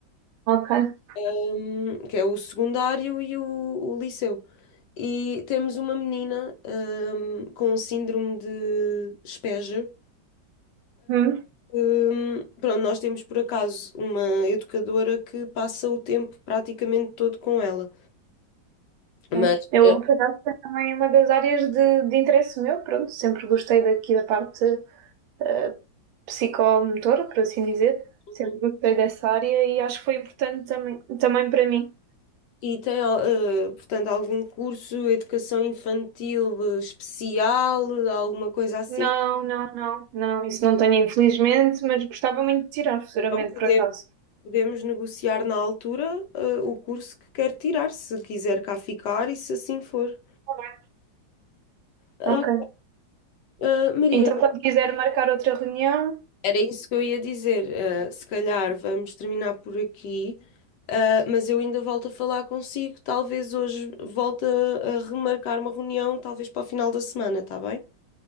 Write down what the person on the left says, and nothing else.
hum, que é o secundário e o o liceu. E temos uma menina, hum, com síndrome de Asperger.
Hum, pronto, nós temos por acaso uma educadora que passa o tempo praticamente todo com ela. Mas,
eh,
Uhum.
e tem, al- eh, portanto, algum curso, educação infantil eh, especial, eh, alguma coisa assim.
Então, podemos,
podemos negociar na altura, eh, o curso que quer tirar, se quiser cá ficar e se assim for.
Ah,
ah, Maria,
Era isso que eu ia dizer. eh, se calhar vamos terminar por aqui, eh, mas eu ainda volto a falar consigo. Talvez hoje volte a, a remarcar uma reunião, talvez para o final da semana, está bem?